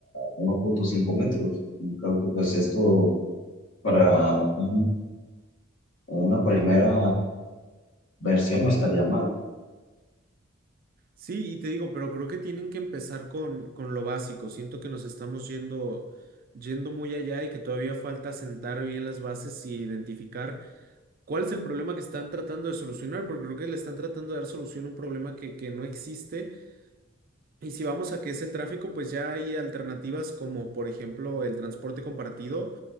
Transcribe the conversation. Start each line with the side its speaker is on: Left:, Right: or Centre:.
Left: uno punto cinco metros. Y creo que pues esto para un- una primera versión no estaría mal.
Right: Sí, y te digo, pero creo que tienen que empezar con, con lo básico. Siento que nos estamos yendo, yendo muy allá y que todavía falta sentar bien las bases y identificar cuál es el problema que están tratando de solucionar, porque creo que le están tratando de dar solución a un problema que, que no existe. Y si vamos a que es el tráfico, pues ya hay alternativas como, por ejemplo, el transporte compartido